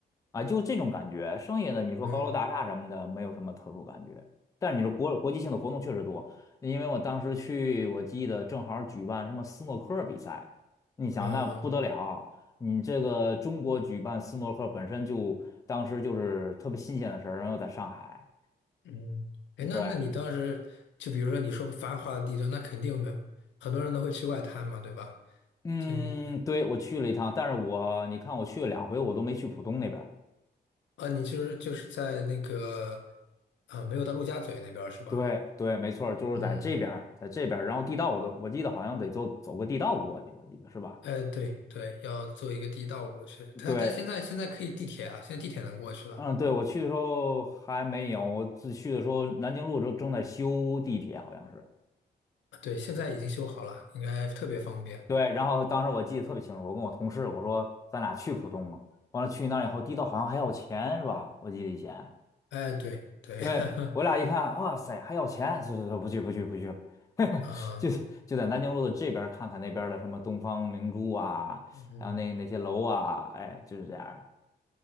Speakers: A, on the left; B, on the left.
A: 啊，就这种感觉。剩下的你说高楼大厦什么的，
B: 嗯
A: 没有什么特殊感觉。但是你说国国际性的活动确实多，因为我当时去，我记得正好举办什么斯诺克比赛，你想那不得了，
B: 嗯
A: 你这个中国举办斯诺克本身就当时就是特别新鲜的事儿，然后在上海。
B: 嗯，哎，那那你当时就比如说你说繁华的地段，
A: 对，
B: 那肯定没很多人都会去外滩嘛，对吧？
A: 嗯，
B: 就你
A: 对，我去了一趟，但是我你看我去了两回，我都没去浦东那边儿
B: 啊，你就是就是在那个啊，没有到陆家嘴那边儿是吧？
A: 对对，没错儿就是在这边儿在这边儿然后地道我都我记得好像得走走个地道过去，
B: 嗯，
A: 我记得是吧？
B: 哎，对对，要坐一个地道过去。但但现在现在可以地铁啊，
A: 对，
B: 现在地铁能过去了。
A: 嗯，对，我去的时候还没有，我自去的时候南京路都正在修地铁，好像是。
B: 对，现在已经修好了，应该特别方便。
A: 对，然后当时我记得特别清楚，我跟我同事我说咱俩去浦东嘛，完了去那儿以后，地道好像还要钱是吧？我记得以前，
B: 哎，对对，
A: 对，
B: <laughs>
A: 我俩一看，哇塞，还要钱，就就就不去不去不去了，<laughs>
B: 嗯
A: 就就在南京路的这边儿看看那边儿的什么东方明珠啊，
B: 嗯，
A: 还有那那些楼啊，哎，就是这样儿的。